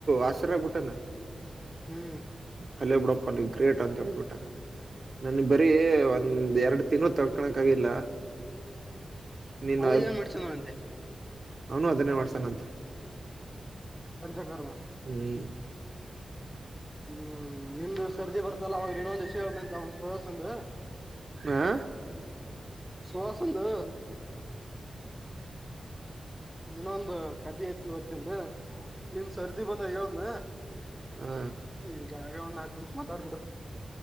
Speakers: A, on the right (about 40°); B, in the centre.
A: ಆಶ್ಚರ್ಯ ಬಿಟ್ಟನಾ
B: ಹ್ಮ್
A: ಅಲ್ಲ ಬಿಡಪ್ಪ ನೀ ಗ್ರೇಟ್ ಅಂತ ಹೇಳ್ಬಿಟ್ಟ ನನಗ್ ಬರೀ ಒಂದ್ ಎರಡು ತಿಂಗಳು ತರ್ ಕಕಣಕ್ಕ ಆಗಿಲ್ಲ ನೀನ್
B: ಅವ ಏನ್ ಮಾಡ್ಸನ ಅಂತೆ
A: ಅವನು ಹದನೇ ಮಾಡ್ಸಟೇನ್ ಅಂಥ
B: ಪಂಚಕರ್ಮ
A: ಹ್ಮ್
B: ಹ್ಮ್ ನಿಮ್ದು ಸರ್ದಿ ಬರ್ತಲ್ಲ ಅವವಾಗ ಇನ್ನೊಂದ ವಿಷ ಹೇಳ್ತಂತ ಒಂದ್ ಸಸಂದ
A: ಹಾ
B: ಸುಹಾಸಂದ ನೀನೊಂದು ಕದಿ ಐ ಓದ್ತಂದು ನಿಮ್ ಸರ್ದಿ ಬಂದ ವತ್್ನಾ
A: ಹಾ
B: ಈಗಾಗ ಒಂದ್ ನಕ ನಿಮಿಷ್ ಮಾತಾಡ್ಬಿಡು